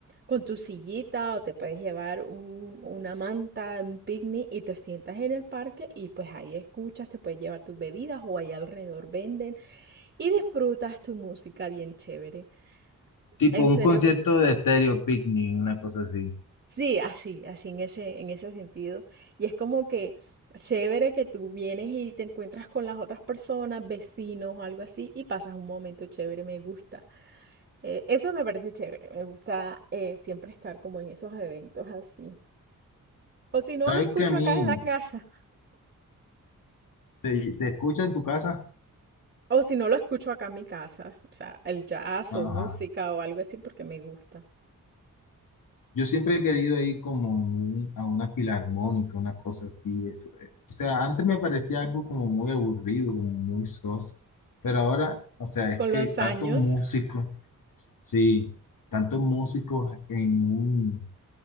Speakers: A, on the right; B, on the left.
A: con tu sillita, o te puedes llevar un- una manta, un picnic, y te sientas en el parque, y pues ahí escuchas, te puedes llevar tus bebidas, o ahí alrededor venden, y disfrutas tu música bien chévere.
B: Tipo
A: En
B: un
A: serio
B: concierto
A: que
B: de Stereo Picnic, una cosa así.
A: Sí, así, así en ese, en ese sentido. Y es como que chévere que tú vienes y te encuentras con las otras personas, vecinos o algo así, y pasas un momento chévere, me gusta. Eh, eso me parece chévere, me gusta eh, siempre estar como en esos eventos así. O si no,
B: ¿Sabes
A: lo escucho
B: que a mí
A: acá en la casa,
B: se, se escucha en tu casa?
A: o si no, lo escucho acá en mi casa, o sea, el jazz
B: Ajá.
A: o música o algo así porque me gusta.
B: Yo siempre he querido ir como en un- a una filarmónica, una cosa así. Eso. eh. O sea, antes me parecía algo como muy aburrido, como muy soso, pero ahora, o sea, es
A: Con
B: que
A: los
B: tantos
A: años,
B: músicos, sí, tantos músicos en un,